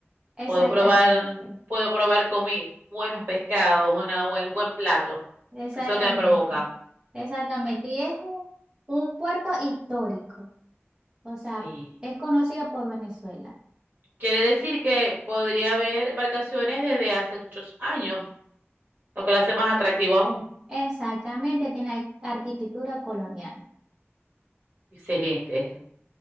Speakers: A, on the right; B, on the right.
A: exactamente.
B: Puedo probar, puedo probar comi buenos pescados, una buen buen plato.
A: Exactamente,
B: Eso es lo que me provoca.
A: exactamente. Y es un, un puerto histórico, o sea,
B: Sí.
A: es conocido por Venezuela.
B: Quiere decir que podría haber embarcaciones desde hace muchos años, lo que lo hace más atractivo aún.
A: Exactamente, tiene ar- arquitectura colonial.
B: Excelente.